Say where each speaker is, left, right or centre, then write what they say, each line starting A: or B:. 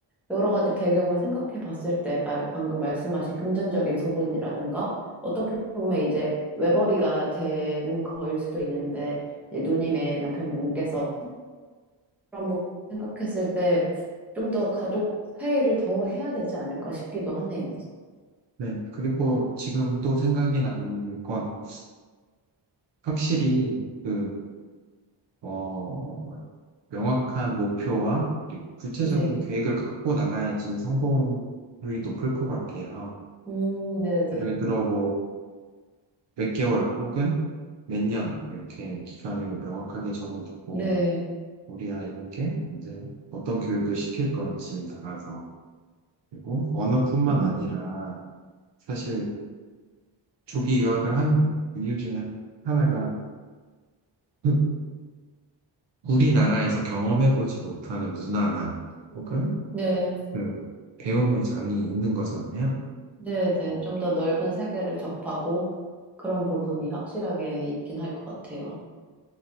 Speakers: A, in the centre; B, on the right.
A: 여러 가지 배경을 생각해 봤을 때, 말- 방금 말씀하신 금전적인 부분이라든가, 어떻게 보면 이제 외벌이가 되는 거일 수도 있는데, 이제 누님의 남편분께서 그런 부분 생각했을 때, 좀 더 가족 회의를 더 해야 되지 않을까 싶기도 하네요.
B: 네. 그리고 지금 또 생각이 나는 건 확실히 그, 어, 명확한 목표와 구체적인
A: 네.
B: 계획을 갖고 나가야지 성공률이 높을 것 같아요. 아,
A: 음, 네네.
B: 예를 들어 뭐 몇 개월 혹은 몇 년 이렇게 기간을 명확하게 정해두고
A: 네.
B: 우리 아이에게 이제 어떤 교육을 시킬 건지 나가서 그리고 언어뿐만
A: 음,
B: 아니라 사실 조기 유학을 한 이유 중에 하나가 <laughs> 우리나라에서 경험해보지 못하는 문화나
A: 음,
B: 혹은
A: 네,
B: 그 배움의 장이 있는 거잖아요.
A: 네, 네.
B: 어,
A: 좀 더 넓은 세계를 접하고 그런 부분이 확실하게 있긴 할 것 같아요.